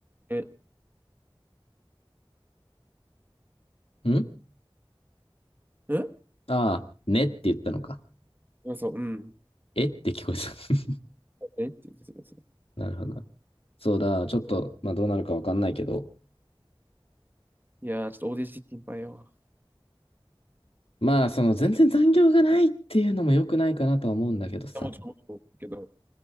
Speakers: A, on the right; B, on the left.
A: え、
B: ん
A: え
B: ああ、ねって言ったのか。
A: あ、そう、うん。
B: えって聞こえた。
A: えって言ってたやつ
B: <laughs> なるほどな。そうだ、ちょっとまあどうなるかわかんないけど。
A: いやー、ちょっとオーディション心配よ。
B: まあその全然残業がないっていうのも良くないかなとは思うんだけどさ。
A: でもうちょっと、けど、